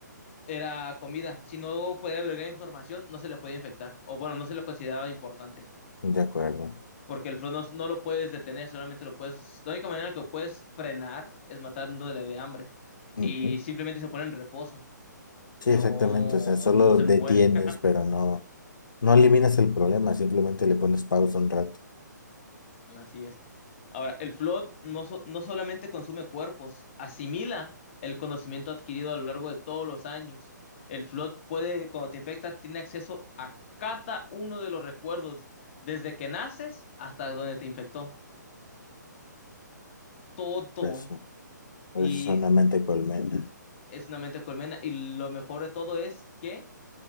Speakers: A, on the left (about 40°); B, on the left (about 80°).
A: era comida. Si no podía albergar información, no se le podía infectar. O bueno, no se lo consideraba importante.
B: De acuerdo.
A: porque el flow no, no lo puedes detener, solamente lo puedes, la única manera que lo puedes frenar es matándole de hambre y
B: Ujú.
A: simplemente se pone en reposo,
B: Sí,
A: no,
B: exactamente. O sea, solo
A: no se
B: detienes,
A: muere,
B: pero no, no eliminas el problema, simplemente le pones pausa un rato.
A: <laughs> así es. Ahora, el flow no, so- no solamente consume cuerpos, asimila el conocimiento adquirido a lo largo de todos los años. El flow puede, cuando te infecta, tiene acceso a cada uno de los recuerdos, desde que naces hasta donde te infectó, todo.
B: Eso,
A: Y
B: eso es una mente colmena
A: Es una mente de colmena. Y lo mejor de todo es que